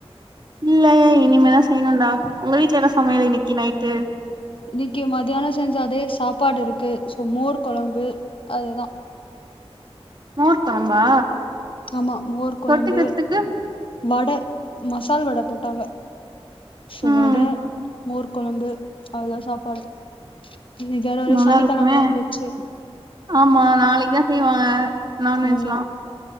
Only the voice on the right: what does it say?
இல்ல இனிமே தா செய்ணுடா உங்க வீட்ல என்ன சமையல் இன்னிக்கி நைட்டு
மோர் கொழம்பா
தொட்டுக்கறதுக்கு
ம்
நல்லா
இருக்குமே
ஆமா நாளைக்கு தா செய்வாங்க நான்
வெஜ்ல்லா